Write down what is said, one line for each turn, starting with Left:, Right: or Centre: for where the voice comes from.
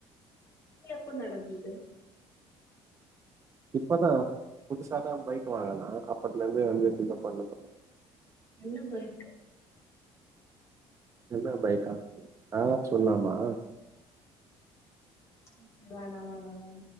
Left: இது எப்ப நடந்தது
Right: இப்பதா புதுசா தா பைக் வாங்கனா அப்பத்துல இருந்து வந்துட்ருக்க <unintelligible>
Left: என்ன பைக்கு
Right: என்ன பைக்கா அதலா சொல்லாமா
Left: ஓகே வேணா வேணா வேணா